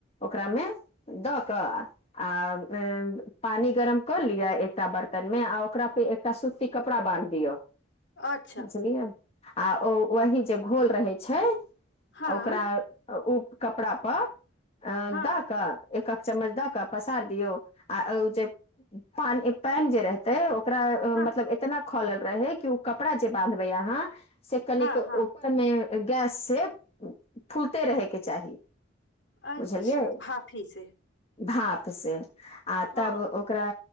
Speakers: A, on the left; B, on the left.
A: ओकरामे दऽ कऽ आ <unintelligible> पानी गरम कऽ लिअ एकटा बर्तन मे आ ओकरा पे एकटा सुस्ती कपड़ा बान्ध दियौ
B: अच्छा
A: बुझलियै आ ओ वही जे घोल रहै छै आ
B: हाँ
A: ओकरा ओ कपड़ा पर अ
B: हाँ
A: द कऽ एकह चम्मच द क पसार दियौ आ ओ जे पानी पैन जे रहतै‌ओ ओकरा
B: हाँ
A: मतलब इतना खोलल रहे क उ कपड़ा जे बानधबे अहाँ से कनी
B: हाँ
A: के ओ
B: हाँ
A: मे गैस से फूलते रहे के चाही
B: अच्छा
A: बुझलियै
B: भाफी से
A: भाप से आ
B: हाँ
A: तब ओ ओकरा